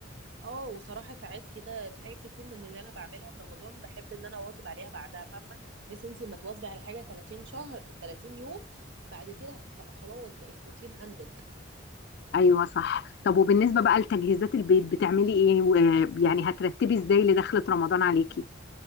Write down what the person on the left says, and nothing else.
ايوه صح طب وبالنسبه بقى لتجهيزات البيت بتعملي ايه و- يعني هترتبي ازاي لدخلة رمضان عليكي